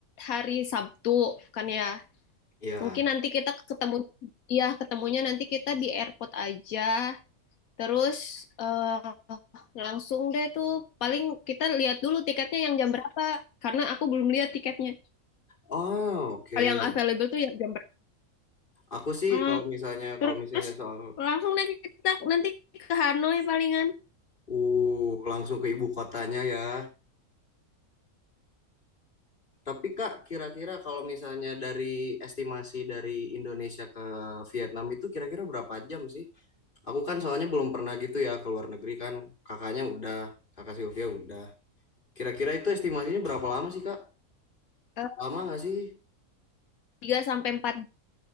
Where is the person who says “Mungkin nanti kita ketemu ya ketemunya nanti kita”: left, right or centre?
Left